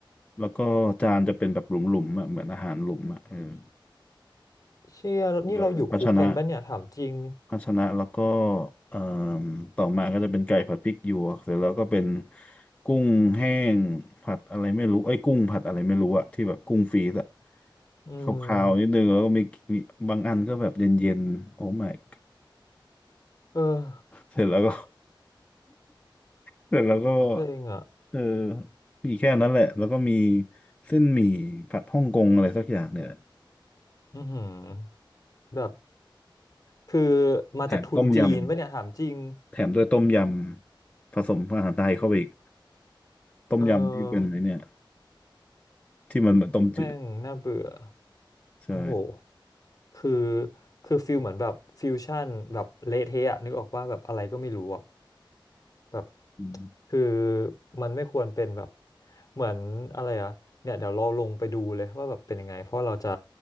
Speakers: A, on the left; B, on the left.
A: แล้วก็จานจะเป็นแบบหลุมๆอ่ะเหมือนอาหารหลุมอ่ะเออ
B: เชี่ยนี่เราอยู่คุกกันป่ะเนี่ยถามจริง
A: เออภาชนะ พัชนะแล้วก็เอ่อต่อมาก็จะเป็นไก่ผัดพริกหยวกเสร็จแล้วก็เป็นกุ้งแห้งผัดอะไรไม่รู้ไอ้ยกุ้งผัดอะไรไม่รู้อะที่แบบกุ้งฟรีซอะ
B: อืม
A: ขาวๆนิดนึงแล้วก็มีมีบางอันก็แบบเย็นๆโอ้ my god
B: เออ
A: เสร็จแล้วก็เสร็จแล้วก็
B: เซ็งอะ
A: เออมีแค่นั้นแหละแล้วก็มีเส้นหมี่ผัดฮ่องกงอะไรสักอย่างเนี่ยแหละ
B: อือหือแบบคือมาจากทุนจีนป่ะเนี่ยถามจริง
A: แถมต้มยำแถมด้วยต้มยำผสมอาหารไทยเข้าไปอีกต้มยำที่เป็นไอเนี่ย
B: เออ
A: ที่มันเหมือนต้มจืด
B: แม่งน่าเบื่อ
A: ใช่
B: โอ้โหคือคือฟิลเหมือนแบบฟิวชั่นแบบเละเทะอะนึกออกว่าแบบอะไรก็ไม่รู้อะ แบบ
A: อืม
B: คือมันไม่ควรเป็นแบบเหมือนอะไรอะเนี่ยเดี๋ยวเราลงไปดูเลยว่าแบบเป็นยังไงเพราะเราจะ